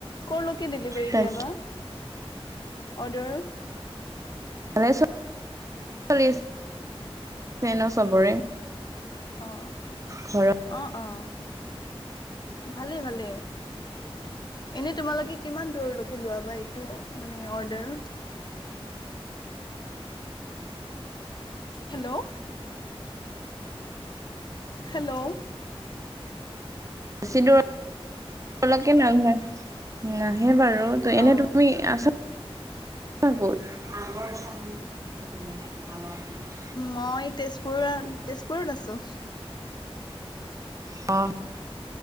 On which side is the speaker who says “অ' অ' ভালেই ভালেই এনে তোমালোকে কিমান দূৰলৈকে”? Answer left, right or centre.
Left